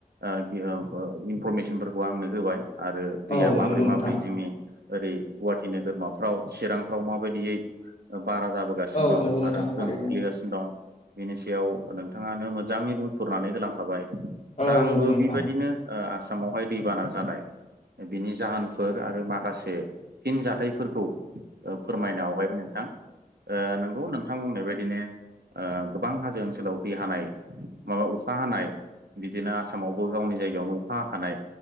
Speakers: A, on the right; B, on the left.
A: ओ <unintelligible> इनफरमेसनफोरखौ आंनो होबाय आरो
B: औ
A: दैया माब्रै
B: नंगौ नोंथां
A: माब्रै जोंनि ओरै गुवाहाटि नोगोरमाफ्राव चिरांफ्राव माबायदियै बारा जाबोगासिनो
B: औ
A: दं
B: नंगौ नोंथां
A: आरो
B: थारैनो
A: गोहोम खोख्लैगासिनो दं बेनि सायाव नोंथाङानो मोजाङै बुंफुरनानै होलांखाबाय
B: औ
A: दा आंबो
B: नंगौ नोंथां
A: बेबायदिनो आसामावहाय दैबाना जानाय बिनि जाहोनफोर आरो माखासे फिन जाथायफोरखौ फोरमायनो आवगायबाय नोंथां नंगौ नोंथां बुंनाय बायदिनो ओ गोबां हाजो ओनसोलाव दै हानाय माबा अखा हानाय बिदिनो आसामावबो गावनि जायगायावनो अखा हाखानाय